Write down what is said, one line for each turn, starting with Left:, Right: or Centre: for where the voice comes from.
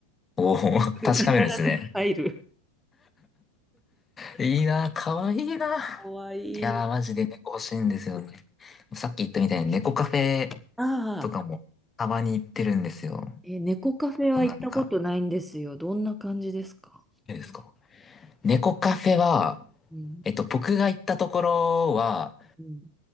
Left: おお、<laughs> 確かめるんですね。
Centre: 必ず入る。
Left: いいなぁ、かわいいな
Centre: かわいい。
Left: ぁ。いやー、マジで猫欲しいんですよね。さっき言ったみたいに猫カフェ
Centre: あ
Left: とかもたまに行ってるんですよ。
Centre: あ。え、猫カフェは行ったことないんですよ。
Left: なんか、
Centre: どんな感じですか
Left: いいですか猫カフェは、
Centre: うん、
Left: えっと、僕が行ったところは、
Centre: うん、